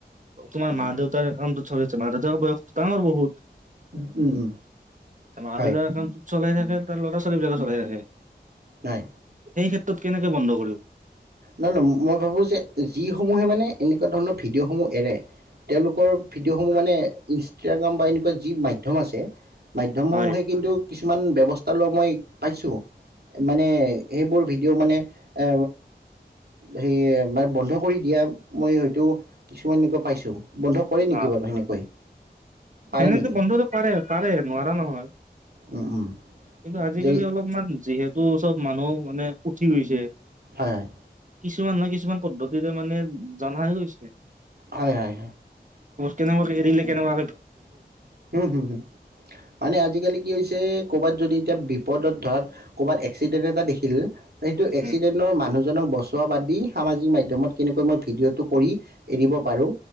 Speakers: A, on the right; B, on the right.
A: তোমাৰ মা দেউতাৰ একাউণ্টত <unintelligible> আছে মা দেউতাৰ বয়সটো ডাঙৰ বহুত
B: উম উম
A: মা
B: হয়
A: দেউতাৰ একাউণ্টত চলাই থাকে তাৰ ল'ৰা ছোৱালী বিলাকে চলাই থাকে
B: নাই
A: সেই ক্ষেত্ৰত কেনেকে বন্ধ কৰিব?
B: না না মই ভাবো যে যিসমূহে মানে এনেকুৱা ধৰণৰ ভিডিঅ সমূহ এৰে তেওঁলোকৰ ভিডিঅ 'সমূহ মানে ইনচ <unintelligible> বা এনেকুৱা যি মাধ্যম আছে। মাধ্যম
A: হয়
B: সমূহে কিন্তু কিছুমান ব্যৱস্থা লোৱা মই পাইছোঁ, মানে সেইবোৰ ভিডিঅ' মানে এ সে মানে বন্ধ কৰি দিয়া মই হয়তো কিছুমান এনেকুৱা পাইছো বন্ধ কৰে নেকি
A: অ'
B: বাৰু সেনেকৈ, পাৰে
A: সেনেকে
B: নেকি?
A: বন্ধ পাৰে পাৰে, নোৱাৰা নহয়
B: উম উম
A: কিন্তু আজিকালি
B: যে
A: অলপমান যিহেত টো চব মানুহ মানে উঠি গৈছে,
B: হয় হয়
A: কিছুমান নহয় কিছুমান পদ্ধতিৰে মানে জনা গৈছে
B: হয় হয়
A: কেনেবাকে এৰিলে কেনেবাকে
B: হুম হুম মানে আজিকালি কি হৈছে কৰ'বাত যদি। এতিয়া বিপদত ধৰাত। কৰবাত এক্সিডেণ্ট এটা দেখি। কিল সেইটো এক্সিডেণ্টৰ
A: উম
B: মানুহ। জনক বচোৱা বাদ দি সামাজিক মাধ্যমত কেনেকৈ মই ভিডিঅ'টো কৰি এৰিব পাৰোঁ।